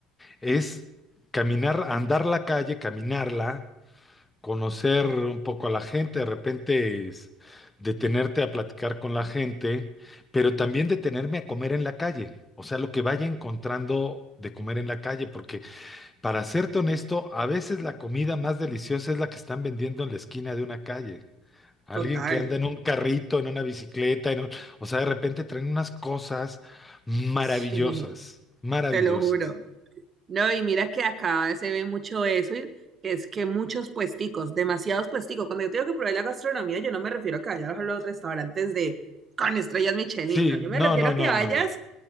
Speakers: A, on the left; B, on the right.
A: Es caminar, andar la calle, caminarla conocer un poco a la gente, de repente es detenerte a platicar con la gente, pero también detenerme a comer en la calle, o sea, lo que vaya encontrando de comer en la calle, porque para serte honesto, a veces la comida más deliciosa es la que están vendiendo en la esquina de una calle. Alguien
B: total.
A: que anda en un carrito, en una bicicleta, en un- o sea, de repente traen unas cosas maravillosas,
B: Sí,
A: maravillosas.
B: te lo juro. No, y mira que acá se ve mucho eso, y que es que muchos puesticos, demasiados puesticos. Cuando yo tengo que probar la gastronomía, yo no me refiero a que vayas a los restaurantes de con estrellas Michelin,
A: Sí,
B: no, yo
A: no,
B: me refiero
A: no,
B: a que
A: no,
B: vayas
A: no, no.